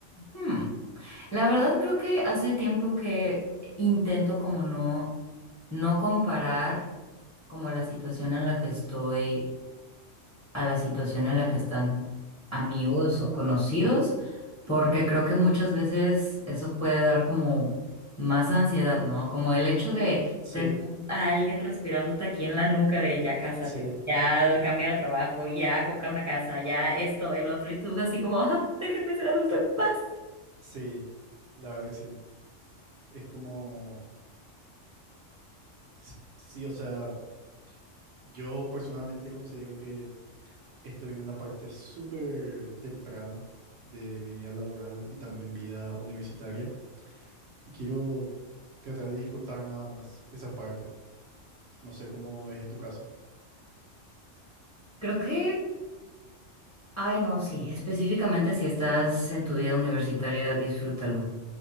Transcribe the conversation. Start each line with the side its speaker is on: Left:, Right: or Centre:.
Left: Hmm. La verdad creo que hace tiempo que intento como no, no comparar como la situación en la que estoy a la situación en la que están amigos o conocidos, porque creo que muchas veces eso puede dar como más ansiedad, ¿no? Como el hecho de
Right: Sí,
Left: tener a alguien respirándote aquí en la nuca de ya cásate,
Right: sí,
Left: ya cambia de trabajo, ya compra una casa, ya esto, el otro, y tú así como, "Ah, déjenme ser adulto en paz.
Right: sí, la verdad que sí. Es como, es- sí, o sea, yo personalmente considero que estoy en una parte súper temprana de mi vida laboral y también vida universitaria. Y quiero tratar de disfrutar nada más esa parte. No sé cómo es en tu caso.
Left: Creo que Ay, no, sí, específicamente si estás en tu vida universitaria, disfrútala,